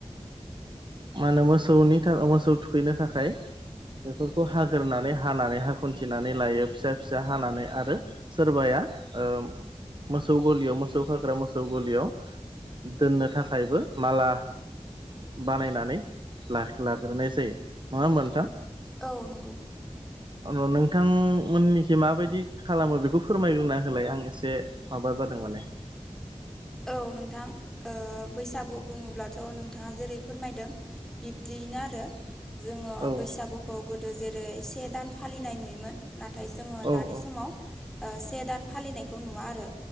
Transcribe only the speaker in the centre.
औ नंगौ
औ नोंथां ओ बैसागु बुङोब्लाथ' नोंथाङा जेरै फोरमायदों बिब्दियैनो आरो जोङो
बैसागुखौ गोदो जेरै से दान फालिनाय नुयोमोन नाथाय जोङो
दानि
समाव ओ से दान फालिनायखौ नुवा आरो